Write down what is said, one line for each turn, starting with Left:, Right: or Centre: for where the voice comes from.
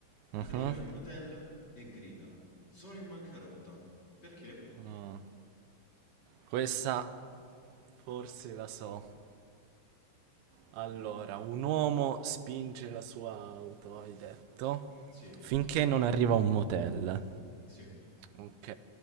Right: Mhm.
Left: arriva in un hotel e grida: "Sono in bancarotta." Perché?
Right: Ah. Questa forse la so. Allora,
Left: Mh-mh.
Right: un uomo spinge la sua auto, hai detto,
Left: Sì,
Right: finché non arriva a un motel.
Left: sì.
Right: Ok.